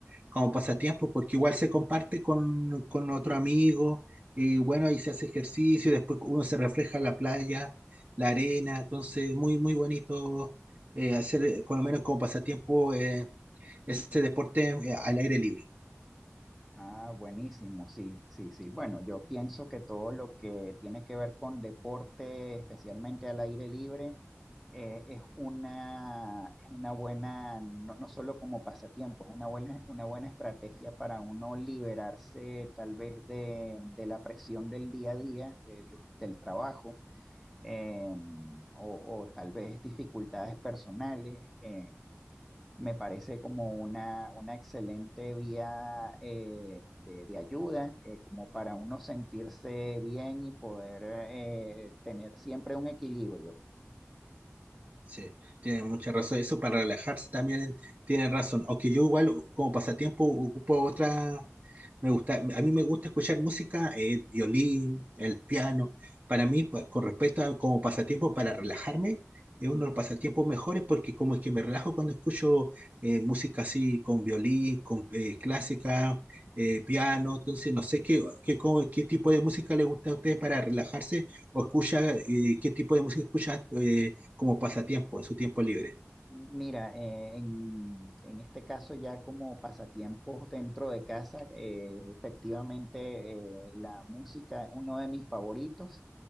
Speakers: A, on the right; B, in the centre.
A: como
B: Ajá.
A: pasatiempo, porque igual se comparte con, con otro amigo, y bueno, ahí se hace ejercicio, después uno se refleja en la playa, la arena, entonces muy, muy bonito eh, hacer, eh, por lo menos como pasatiempo, eh, ese deporte eh, al aire libre.
B: Ah, buenísimo, sí, sí, sí. Bueno, yo pienso que todo lo que tiene que ver con deporte, especialmente al aire libre, eh, es una, es una buena, no, no solo como pasatiempo, es una buena, una buena estrategia para uno liberarse tal vez de, de la presión del día a día, del, del trabajo, eh, o, o tal vez dificultades personales. eh, me parece como una, una excelente vía eh, de, de ayuda, eh, como para uno sentirse bien y poder eh, tener siempre un equilibrio.
A: Sí, tiene mucha razón. Eso para relajarse también tienen razón. Aunque yo igual como pasatiempo ocupo otra, Me gusta, a mí me gusta escuchar música, el violín, el piano. Para mí, pues, con respecto a como pasatiempo para relajarme, es uno de los pasatiempos mejores porque como es que me relajo cuando escucho eh, música así con violín, con eh, clásica,
B: Claro.
A: eh, piano. Entonces, no sé qué, qué, cómo- qué tipo de música le gusta a usted para relajarse o escucha,
B: sí.
A: eh, qué tipo de música escucha eh, como pasatiempo en su tiempo libre.
B: Mira, eh, en, en este caso ya como pasatiempos dentro de casa, eh, efectivamente eh, la música es uno de mis favoritos